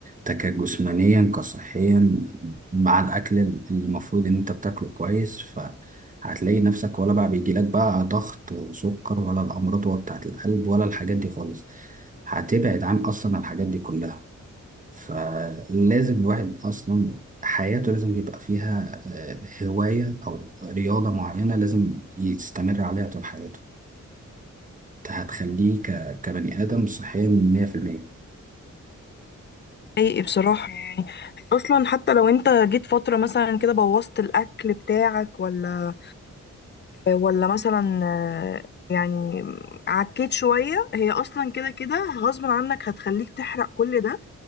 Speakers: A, on the right; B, on the left.
A: ده كجسمانيا كصحيا مع الأكل اللي المفروض إن انت بتاكله كويس فهتلاقي نفسك ولا بقى بيجيلك بقى ضغط وسكر ولا الأمراض بتاعة القلب ولا الحاجات دي خالص هتبعد عن أصلا الحاجات دي كلها فلازم الواحد أصلا حياته لازم يبقى فيها آه، هواية أو رياضة معينة لازم يستمر عليها طول حياته هتخليه ك- كبني آدم صحيا مية في المية
B: حقيقي بصراحه يعني اصلا حتى لو انت جيت فتره مثلا كده بوظت الاكل بتاعك ولا ولا مثلا آه، يعني عكيت شوية هي أصلا كده كده غصب عنك هتخليك تحرق كل ده